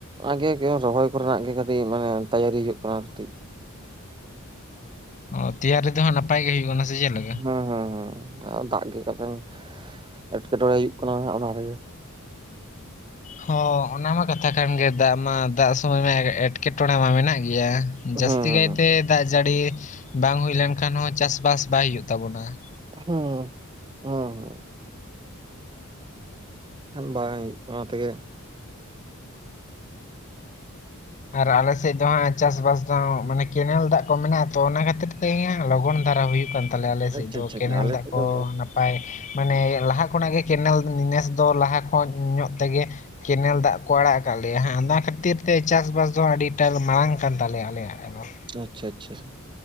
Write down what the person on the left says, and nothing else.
ᱚᱸ ᱛᱤᱭᱟᱨᱤ ᱫᱚ ᱱᱟᱯᱟᱭ ᱜᱮ ᱦᱩᱭᱩᱜ <unintelligible>
ᱦᱚᱸ ᱚᱱᱟ ᱢᱟ ᱠᱟᱛᱷᱟ ᱠᱟᱱ ᱜᱮ ᱫᱟᱜ ᱢᱟ ᱫᱟᱜ ᱥᱚᱢᱚᱭ ᱢᱟ ᱮᱴᱠᱮᱴᱚᱬᱮ ᱢᱟ ᱢᱮᱱᱟᱜ ᱜᱮᱭᱟ ᱾ ᱡᱟᱹᱥᱛᱤ
ᱠᱟᱭᱛᱮ
ᱫᱟᱜ ᱡᱟᱹᱲᱤ ᱵᱟᱝ ᱦᱩᱭ ᱞᱮᱱᱠᱷᱟᱱ ᱦᱚᱸ ᱪᱟᱥᱵᱟᱥ ᱵᱟᱭ ᱦᱩᱭᱩᱜ ᱛᱟᱵᱚᱱᱟ ᱾
ᱟᱨ ᱟᱞᱮᱥᱮᱫ ᱫᱚ ᱦᱟᱜ ᱪᱟᱥᱵᱟᱥ ᱫᱚ ᱢᱟᱱᱮ ᱠᱮᱱᱮᱞ ᱫᱟᱜ ᱠᱚ ᱢᱮᱱᱟᱜᱼᱟ ᱛᱚ ᱚᱱᱟ ᱠᱷᱟᱹᱛᱤᱨ <unintelligible> ᱞᱚᱜᱚᱱ ᱫᱷᱟᱨᱟ ᱦᱩᱭᱩᱜ ᱠᱟᱱ ᱾ ᱛᱟᱞᱮ ᱟᱞᱮ ᱥᱮᱫ
ᱫᱚ
ᱠᱮᱱᱮᱞ
ᱫᱟᱜ
ᱠᱚ
ᱱᱟᱯ ᱯᱟᱭ ᱢᱟᱱᱮ ᱞᱟᱦᱟ ᱠᱷᱚᱱᱟᱜ ᱜᱮ ᱠᱮᱱᱮᱞ ᱱᱮᱥ ᱫᱚ ᱞᱟᱦᱟ ᱠᱷᱚᱱ ᱧᱚᱜ ᱛᱮᱜᱮ ᱾ ᱠᱮᱱᱮᱞ ᱫᱟᱜ ᱠᱚ ᱟᱲᱟᱜ ᱟᱠᱟᱜ ᱞᱮᱭᱟ ᱚᱱᱟ ᱠᱷᱟᱹᱛᱤᱨ ᱛᱮ ᱾ ᱪᱟᱥᱵᱟᱥ ᱫᱚ ᱟᱹᱰᱤ ᱴᱟᱜ ᱢᱟᱲᱟᱝ ᱠᱟᱱ ᱛᱟᱞᱮᱭᱟ ᱟᱞᱮ ᱟᱲᱮ ᱫᱚ ᱾